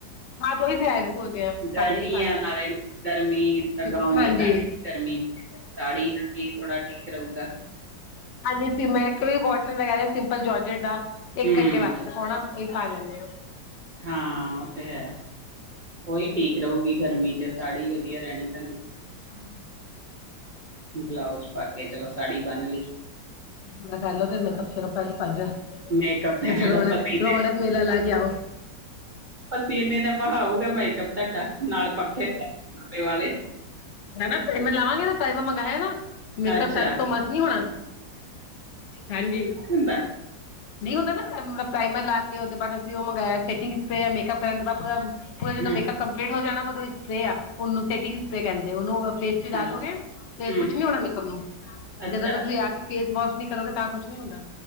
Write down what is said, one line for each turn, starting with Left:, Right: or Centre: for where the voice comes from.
Left: ਹਾਂ ਤੋਂ ਹੀ ਸਿਆਏ ਸੋਚ ਰਹੇ ਹਾਂ
Right: ਗਰਮੀ
Left: ਸਾੜੀਆਂ ਹੀ ਪਾ ਲੈਂਦੇ
Right: ਆ ਨਾਲੇ ਗਰਮੀ ਚ ਤਾਂ
Left: ਹਾਂ
Right: ਗੌਨ ਤਾ
Left: ਹਾਂਜੀ
Right: ਪੈਨੇ ਨੀ। ਗਰਮੀ ਚ ਸਾੜੀ ਕੀ ਥੋੜਾ ਠੀਕ ਰਊਗਾ।
Left: ਹਾਂਜੀ ਸੀ ਮੈਂ ਕਿਆ ਵੀ ਕੋਟਨ ਵਗੈਰਾ ਸਿੰਪਲ ਜੋਰਜਟ ਦਾ
Right: ਹੂੰ
Left: ਇੱਕ ਵੱਖ ਦਿਖੌਨਾ ਓਈ ਪਾ ਲੈਂਨੇ ਓਂ।
Right: ਹਾਂ ਓ ਤੇ ਹੈ, ਓਈ ਠੀਕ ਰਉਗੀ ਗਰਮੀ ਚ ਸਾੜੀ ਵਦੀਆ ਰੈਨੀ ਤਾਨੂੰ।
Left: ਹਾਂ।
Right: ਬਲਾਊਜ ਪਾ ਕੇ ਚਲੋ ਸਾੜੀ ਬੰਨਲੀ।
Left: ਮੈ ਕਿਆ ਕਰਲੋ ਤੇ ਮੇਕਅਪ ਸ਼ੇਕੱਪ ਕਰਕੇ ਭਾਜੋ।
Right: ਮੇਕਅਪ ਤੇ
Left: ਓਥੇ
Right: ਤੁਹਾਡਾ
Left: ਰੌਨਕ-ਰੌਨਕ
Right: ਪਸੀਨੇ
Left: ਮੇਲਾ ਲਾ ਕੇ ਆਓ।
Right: ਪਸੀਨੇ ਨਾਲ ਬਹਾਊਗਾ ਮੇਕਅਪ ਤਾਡਾ ਨਾਲ ਪੱਖੇ ਦਾ ਵਾਲੇ
Left: ਹਨਾ ਪਰਾਈਮਰ ਲਾਵਾਂਗੀ ਨਾ ਪਰਾਈਮਰ ਮੰਗਾਇਆ ਨਾ। ਮੇਕਅਪ
Right: ਅੱਛਾ
Left: ਟਸ ਤੋਂ ਮਸ ਨੀ ਹੋਨਾ, ਹਾਂਜੀ।
Right: ਹੁੰਦੈ।
Left: ਨਈ ਹੁੰਦਾ ਨਾ ਮਬ ਪ੍ਰਾਈਮਰ ਲਾ ਕੇ ਓਦੇ ਬਾਦ ਅਸੀਂ ਓ ਮੰਗਾਇਆ ਸੈਟਿੰਗ ਸਪਰੇਅ ਮੇਕਅਪ ਕਰਨ ਦੇ ਬਾਦ ਪੂਰਾ ਪੂਰਾ ਜਦੋਂ
Right: ਹੂੰ
Left: ਮੇਕਅਪ ਕੰਪਲੀਟ ਹੋ ਜਾਨਾ ਵਾ ਓਦੋਂ ਸਪਰੇਅ ਆ ਓਨੂੰ ਸੈੱਟਿੰਗ ਸਪਰੇਅ ਕੈਂਦੇ ਓਨੂੰ ਫੇਸ ਚ ਲਾਲੋਗੇ
Right: ਅੱਛਾ
Left: ਤੇ
Right: ਹੂੰ
Left: ਕੁੱਛ ਨੀ ਹੋਨਾ ਮੇਕਅਪ ਨੂੰ,
Right: ਅੱਛਾ
Left: ਜਦੋਂ ਤੋ ਤੁਸੀਂ ਆ ਕੇ ਫੇਸ ਵੋਸ਼ ਨੀ ਕਰੋਗੇ ਤਾਂ ਕੁੱਛ ਨੀ ਹੁੰਦਾ।